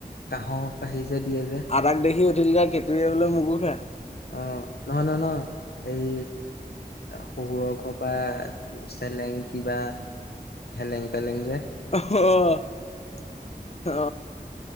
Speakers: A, on the left; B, on the left.
A: কাহৰ কাহি যে দিয়ে যে
B: আদাক দেখি উঠিল গা কেঁকুৰীয়ে বোলে মোকো খা
A: অ নহয় নহয় নহ এই শহুৰৰ ঘ বা চেলেং কিবা হেলেং পেলেং যে
B: অহ অহ